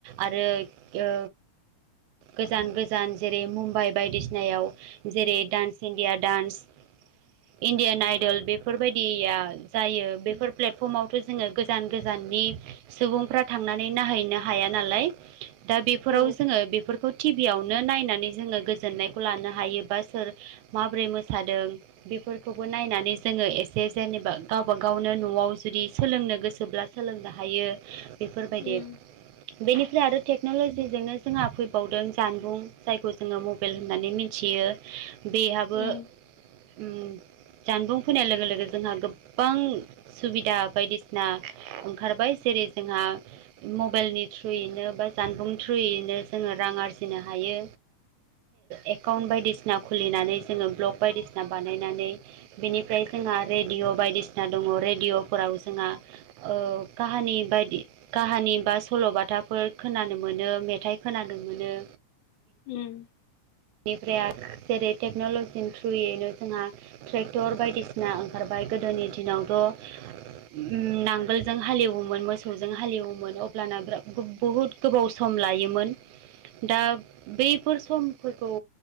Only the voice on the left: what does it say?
औ
उम
उम
ओम।